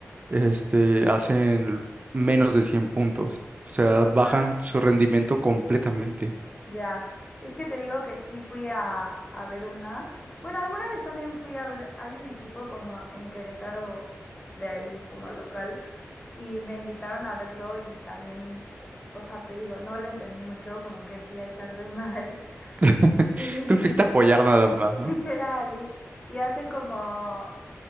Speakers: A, on the right; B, on the left.
A: este, hacen menos de cien puntos, o sea,
B: O
A: bajan
B: sea,
A: su rendimiento completamente.
B: ya. Es que te digo que sí fui a, a ver una. Bueno, alguna vez también fui a ver, hay un equipo como en Querétaro de ahí como local y me invitaron a verlo y también, o sea, te digo, no le entendí mucho, como que fui a echar desmadre. <laughs>
A: <laughs>
B: Y,
A: Tú fuiste a apoyar nada más, ¿no?
B: Literal, y, y hacen como,